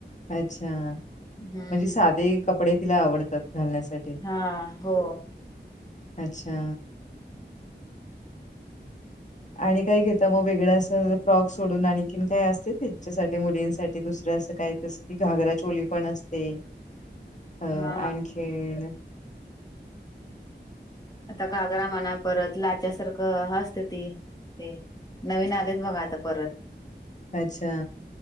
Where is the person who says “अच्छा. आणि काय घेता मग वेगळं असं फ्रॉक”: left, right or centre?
Left